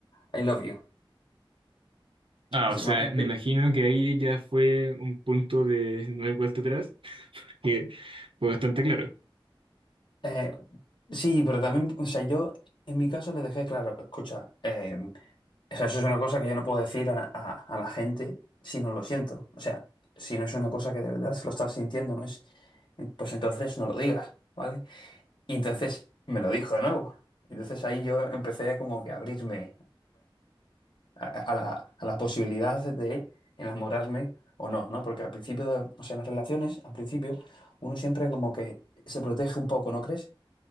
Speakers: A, on the left; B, on the right.
A: I love you.
B: Ah,
A: Es-
B: o sea,
A: Imagínate
B: me imagino
A: que
B: que ahí ya fue un punto de no hay vuelta atrás, <laughs> que fue bastante claro.
A: Eh, sí, pero también, o sea, yo en mi caso le dejé claro, escucha, eh, o sea, eso es una cosa que yo no puedo decir a, a- a la gente si no lo siento. O sea, si no es una cosa que de verdad se lo estás sintiendo, no es, pues entonces no lo digas, ¿vale? Y entonces me lo dijo de nuevo. Entonces ahí yo empecé como que a abrirme. a, a la, a la posibilidad de enamorarme o no, ¿no? Porque al principio, o sea, en las relaciones, al principio, uno siempre como que se protege un poco, ¿no crees?